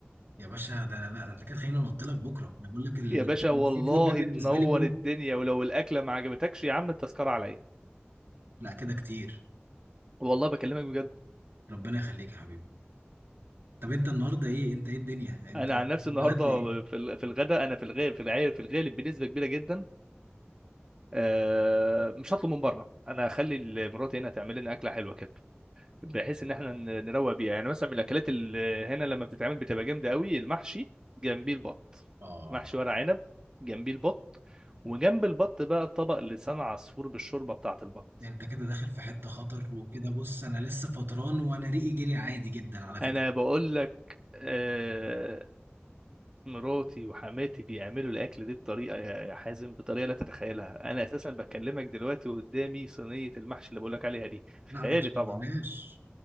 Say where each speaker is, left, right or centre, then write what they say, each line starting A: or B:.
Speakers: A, on the right; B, on the right.
A: يا باشا ده لا ده انت كده خليني انط لك بكره انا بقول لك ال-
B: يا باشا
A: السي
B: والله
A: فود ده بالنسبه
B: تنور
A: لي موت
B: الدنيا ولو الاكله ما عجبتكش يا عم التذكره عليا
A: لا كده كتير
B: والله بكلمك بجد
A: ربنا يخليك يا حبيبي طب انت النهارده ايه انت ايه الدنيا انت
B: انا عن نفسي
A: بتتغدى
B: النهارده
A: ايه
B: في ال- في الغداء انا في الغالب في العير في الغالب بنسبه كبيره جدا آه، مش هطلب من بره انا هخلي مراتي هنا تعمل لنا اكله حلوه كده بحيث ان احنا ن- نروق بيها يعني مثلا من الاكلات اللي هنا لما بتتعمل بتبقى جامده قوي المحشي جنبيه البط
A: اه
B: محشي ورق عنب جنبيه البط وجنب البط بقى طبق لسان عصفور بالشوربه بتاعه البط
A: انت كده داخل في حته خطر وكده بص انا لسه فطران وانا ريقي جري عادي جدا على فكره
B: انا بقول لك آه، مراتي وحماتي بيعملوا الاكل دي بطريقه يا يا حازم بطريقه لا تتخيلها انا اساسا بكلمك دلوقتي وقدامي صينيه المحشي اللي بقول لك عليها دي في
A: لا
B: خيالي
A: ما تشوقناش
B: طبعا